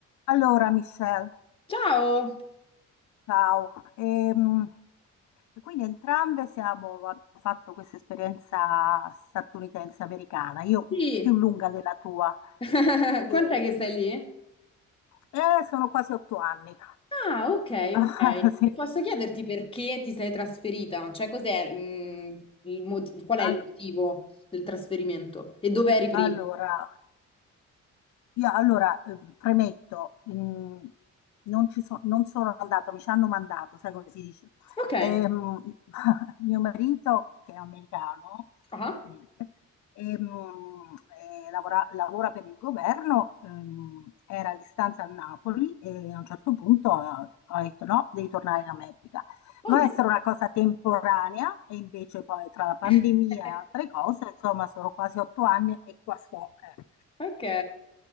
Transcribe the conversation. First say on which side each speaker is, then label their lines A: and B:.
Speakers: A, on the left; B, on the left.
A: Allora, Michelle,
B: Ciao!
A: ciao. Ehm, e quindi entrambe siamo, abbiamo fatto questa esperienza statunitense americana, io
B: Sì,
A: più lunga della tua,
B: <laughs>
A: e,
B: quant'è che stai lì?
A: eh, sono quasi otto anni.
B: Ah, ok,
A: <laughs>
B: ok. E
A: Sì.
B: Posso chiederti perché ti sei trasferita? Cioè, cos'è, mm, il moti- qual
A: Allo-
B: è il motivo del trasferimento? E dove eri prima?
A: Allora, Io allora eh, premetto, mm, non ci so- non sono andata, mi ci hanno mandato, sai come si dice.
B: Ok.
A: Ehm, <laughs> mio marito, che è americano, statunitense,
B: Ah,
A: ehm, eh, lavora, lavora per il governo, ehm, era a distanza a Napoli e a un certo punto eh, ho detto no, devi tornare in America.
B: oddio.
A: Doveva essere una cosa temporanea e invece poi tra la pandemia
B: <laughs>
A: e altre cose, insomma, sono quasi otto anni e qua sto. eh.
B: Ok,